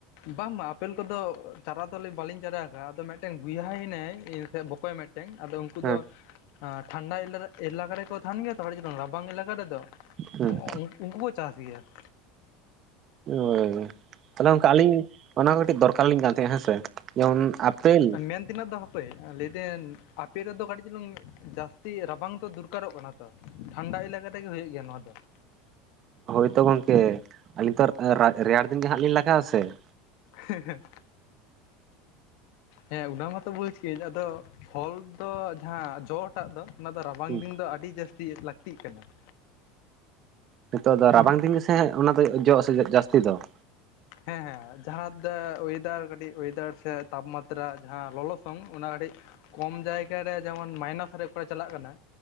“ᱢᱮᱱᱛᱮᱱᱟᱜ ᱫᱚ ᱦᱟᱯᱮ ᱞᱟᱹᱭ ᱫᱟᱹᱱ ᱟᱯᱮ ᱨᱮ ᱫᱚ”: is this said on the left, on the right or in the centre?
Left